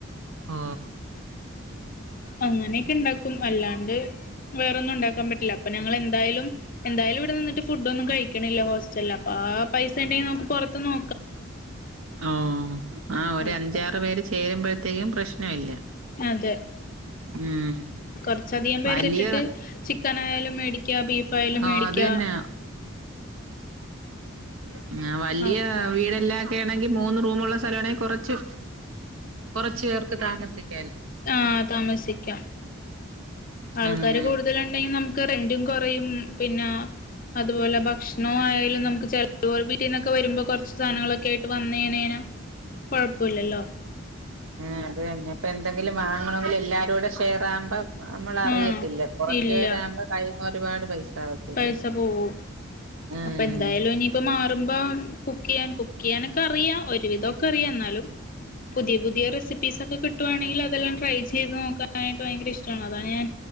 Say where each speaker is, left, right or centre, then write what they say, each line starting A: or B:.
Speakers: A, on the right; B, on the left.
A: ആ
B: അങ്ങനെയൊക്കെ ഇണ്ടാക്കും അല്ലാണ്ട് വേറൊന്നും ഉണ്ടാക്കാൻ പറ്റില്ലപ്പ ഞങ്ങൾ എന്തായാലും എന്താലും ഇവിടെ നിന്നിട്ട് ഫുഡ്‌ ഒന്നും കഴിക്കണില്ല ഹോസ്റ്റലിൽ അപ്പൊ ആ പൈസ ഉണ്ടെങ്കിൽ നമുക്ക് പുറത്ത് നോ
A: അഹ് ആഹ് ഒരു
B: അപ്പ
A: അഞ്ചാറ് പേര് ചേരുമ്പോഴ അത്രെയും പ്രശ്ന ഇല്ല
B: അതെ
A: ഉം
B: കുറച്ചധികം പേരിട്ടിട്ട്
A: വലിയ
B: ചിക്കൻ <unintelligible> ബീഫായാലും
A: ഓഹ്
B: മേടിക്കുക
A: അത് തന്നെ <inaudible> ആഹ് വലിയ
B: അപ്പ
A: വീടെല്ലാ <unintelligible> മൂന്ന് റൂമുള്ള സ്ഥല ആണെങ്കിൽ കുറച്ച് കൊറച്ച് പേർക്ക് താമസിക്കും
B: ആഹ് താമസിക്കാം ആൾക്കാര്
A: ആഹ്
B: കൂടുതല ഉണ്ടെങ്കിൽ നമുക്ക് റെന്റും കൊറയും പിന്നെ അതുപോലെ ഭക്ഷണ ആയാലും നമുക്ക് ചില വീട്ടിൽന്നൊക്കെ വരുമ്പോ കുറച്ച് സാധനങ്ങളൊക്കെ ആയിട്ട് വന്ന കഴിഞ്ഞ കൊഴപ്പില്ലല്ലോ
A: ആഹ് അത് തന്നെ ഇപ്പൊ എന്തെങ്കിലും വാങ്ങണമെങ്കിൽ എല്ലാരും കൂടെ ഷെയർ ആകുമ്പോ നമ്മളറിയത്തില്ല
B: ആഹ്
A: കൊറച്ചു
B: ഇല്ല
A: പേരാവുമ്പോ കഴി ഒരുപാട് പൈസ ആവത്തില്ലേ
B: പൈസ പോകും
A: ആഹ്
B: അപ്പൊ എന്തായാലും ഇനീപ്പ മാർ ടുമ്പം കുക്ക് ചെയ്യാൻ കുക്ക് ചെയ്യാനൊക്കെ അറിയാം ഒരുവിധോക്കെ അറിയാം എന്നാലും പുതിയ പുതിയ റെസിപ്പീസൊക്കെ കിട്ടുവാണെങ്കിൽ അതെല്ലാം ട്രൈ ചെയ്ത് നോക്കാനായിട്ട് ഭയങ്കര ഇഷ്ടമാണ് അതാണ് ഞാൻ